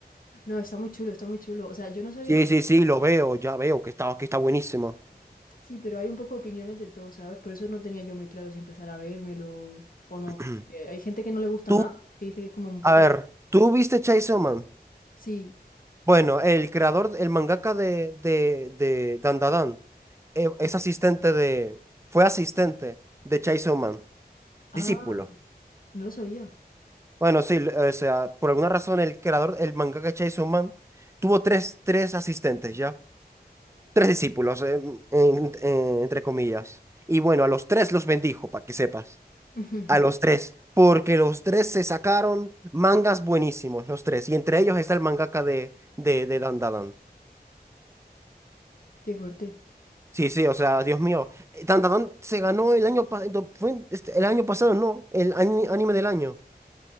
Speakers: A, on the left; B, on the right.
A: no, está muy chulo, está muy chulo. O sea, yo no sabía
B: Sí,
A: si...
B: sí, sí, lo veo, ya veo que está, que está buenísimo.
A: Sí, pero hay un poco opiniones de todo, ¿sabes? Por eso no tenía yo muy claro si empezar a vérmelo o no.
B: <clears throat>
A: Porque hay gente que no le gusta
B: Tú,
A: nada, que dice que es como un poco...
B: a ver, ¿tú viste Chainsaw Man?
A: Sí,
B: Bueno, el creador, el mangaka de, de, de Dandadan, eh, es asistente de, fue asistente de Chainsaw Man,
A: ah,
B: discípulo.
A: no lo sabía.
B: Bueno, sí, l- o sea, por alguna razón el creador, el mangaka de Chainsaw Man, tuvo tres, tres asistentes, ¿ya? Tres discípulos, eh, en- en- entre comillas. Y bueno, a los tres los bendijo, para que sepas.
A: <laughs>
B: A los tres, porque los tres se sacaron mangas buenísimos, los tres. Y entre ellos está el mangaka de, de, de Dandadan.
A: Qué fuerte.
B: Sí, sí, o sea, Dios mío. Eh, Dandadan se ganó el año pasado, fue en- este, el año pasado, no, el ani- anime del año,